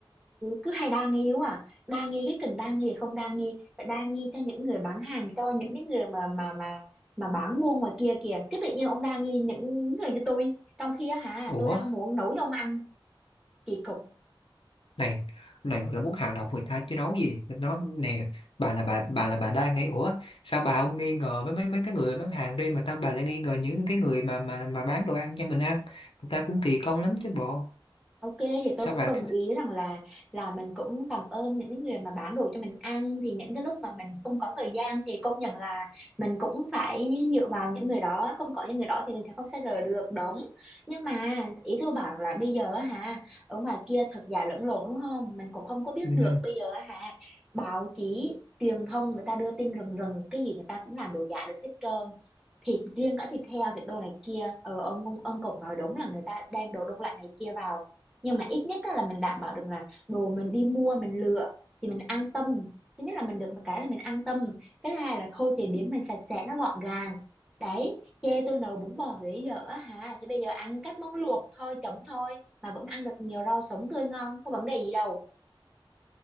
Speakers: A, in the centre; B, on the left (about 75°).
A: cứ hay đa nghi quá à đa nghi cái kình đa nghi không đa nghi phải đa nghi cho những người bán hàng cho những cái người mà mà mà mà bán buôn ngoài kia kìa cái tự nhiên ông đa nghi những người như tôi trong khi á hả
B: ủa
A: tôi đang muốn nấu cho ông ăn kỳ cục
B: này này gọi là muốn hạ độc người ta chứ nói gì nó nè bà là bà bà là bà đang ngay ủa sao bà không nghi ngờ với mấy mấy cái người bán hàng đi mà ta bà lại nghi ngờ những cái người mà mà mà bán đồ ăn cho mình ăn người ta cũng kỳ công lắm chứ bộ
A: Ok thì tôi
B: sao
A: cũng
B: bà
A: đồng ý rằng là là mình cũng cảm ơn những cái người mà bán đồ cho mình ăn thì những cái lúc mà mình không có thời gian thì công nhận là mình cũng phải dựa vào những người đó không có những người đó thì mình sẽ không xa rời được đúng nhưng mà ý tôi bảo là bây giờ á hả ở ngoài kia thật giả lẫn lộn đúng không mình cũng không có biết
B: ừ,
A: được bây giờ á hả báo chí truyền thông người ta đưa tin rần rần cái gì người ta cũng làm đồ giả được hết trơn thịt riêng cả thịt heo thịt đồ này kia ờ ông ông ông cũng nói đúng là người ta đem đồ đông lạnh này kia vào nhưng mà ít nhất á là mình đảm bảo được là đồ mình đi mua mình lựa thì mình an tâm thứ nhất là mình được một cái là mình an tâm cái thứ hai là khâu chế biến mình sạch sẽ nó gọn gàng đấy chê tôi nấu bún bò Huế dở á hả thì bây giờ ăn các món luộc thôi chấm thôi mà vẫn ăn được nhiều rau sống tươi ngon có vấn đề gì đâu